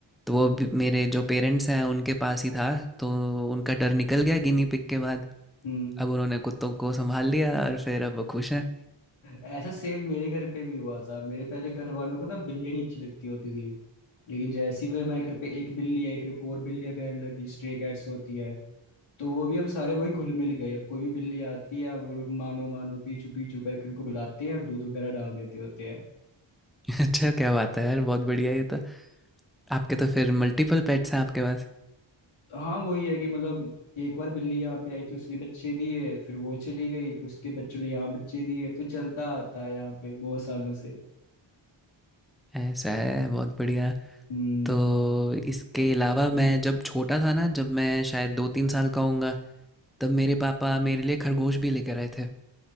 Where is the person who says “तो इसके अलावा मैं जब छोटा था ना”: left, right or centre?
Centre